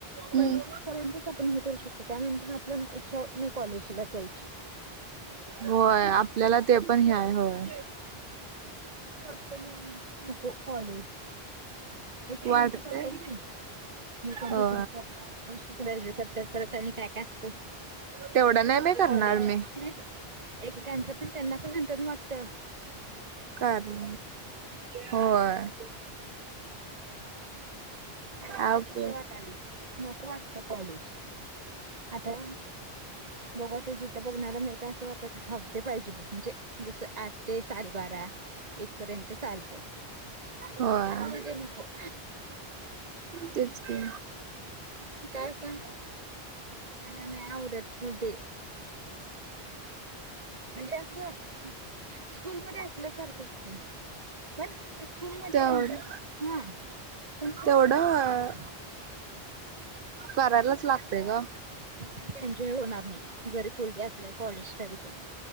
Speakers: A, on the right; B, on the right.
A: हम्म.
B: पंचवीस पर्यंत पण हे करू शकत त्यानंतर आपल्या इच्छा नाही कॉलेजला जायची
A: होय आपल्याला ते पण हय होय
B: असं वाटत ना या नको कॉलेज एक
A: वाटतय.
B: काम तर करतात की ल का
A: हो
B: डिग्री करतात पोस्ट ग्रॅज्युएट कर तर परत आणि काय काय असत पु
A: तेवढं नाही
B: पुढचं
A: बाई करणार
B: कॉलेज
A: मी
B: नाही एकेकांचं पण त्यांना पण नंतर मटत
A: कारण होय
B: मला आता
A: आप
B: कस वाट आलं नको वाटत कॉलेज आता बघा त जिथं बघण्याला मिळता अस हफडे पाहिजे म्हणजे जस आठ ते साडेबारा एक पर्यंत चालत
A: होय
B: बोलते नको
A: तेच का
B: काय स मला नाही आवडेत फुल ते म्हणजे अस स्कूल म असल्यासारखंच की पण स्कूल मध्ये
A: तेवढं
B: एनजॉय हा पण कस
A: तेवढं
B: ह न त
A: करायलाच
B: स्कूल
A: लागतय
B: सारखं
A: ग
B: स्कूल सारखं होणार नाही जरी फुल डे अस कॉलेज तरी पण